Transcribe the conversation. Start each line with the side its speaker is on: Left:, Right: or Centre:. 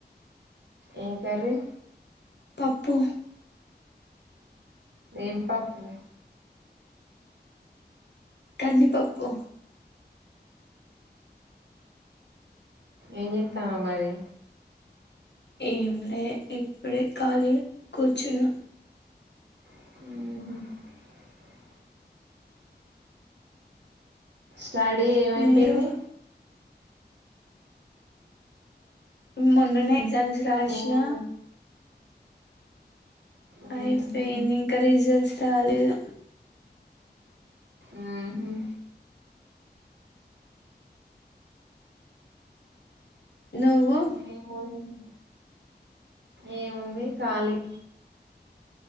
Right: ఏం కర్రీ
Left: పప్పు
Right: ఏం పప్పు
Left: కందిపప్పు
Right: ఎం చేతవు మరి
Left: ఎంలే ఇప్పుడే కాళీ కూర్చున్న
Right: అ శడీ ఏమైపోయింది
Left: మీరు మననే ఎగ్జామ్స్ రాసిన
Right: మేము ఉహు
Left: అయిపోయిన్ ఇంకా రిజల్ట్స్ రాలేదు
Right: ఉ హుం
Left: నువ్వు
Right: మివోడ్ ఏముంది ఖాళీ